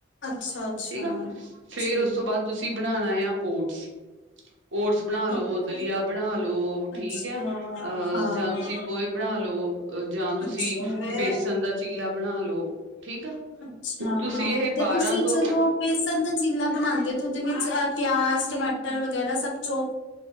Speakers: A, on the left; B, on the right.
A: ਅੱਛਾ, ਅੱਛਾ,
B: ਠੀਕ ਆ ਫੇਰ
A: ਠੀਕ
B: ਉਸ ਤੋਂ ਬਾਅਦ
A: ਹੈ,
B: ਤੁਸੀਂ ਬਣਾਣਾ ਆ ਓਟਸ ਓਟਸ ਬਣਾ ਲੋ
A: ਓਕੇ,
B: ਦਲੀਆ ਬਣਾ ਲੋ ਠੀਕ
A: ਅੱਛਾ,
B: ਆ ਅਹ
A: ਹਾਂ,
B: ਜਾਂ ਤੁਸੀਂ ਪੋਹੇ ਬਣਾ ਲਓ। ਜਾਂ ਤੁਸੀਂ
A: ਅੱਛਾ।
B: ਬੇਸਨ ਦਾ ਚੀਲਾ ਬਣਾ ਲੋ ਠੀਕ ਆ
A: ਅੱਛਾ
B: ਤੁਸੀਂ
A: ਹਾਂ
B: ਇਹ ਬਾਰਾਂ
A: ਤੇ ਤੁਸੀਂ
B: ਤੋਂ
A: ਜਦੋਂ ਬੇਸਣ ਦਾ ਚੀਲਾ ਬਣਾਉਂਦੇ ਤੇ ਉਹਦੇ ਵਿੱਚ ਪਿਆਜ ਟਮਾਟਰ ਵਗੈਰਾ ਸਭ ਚੋ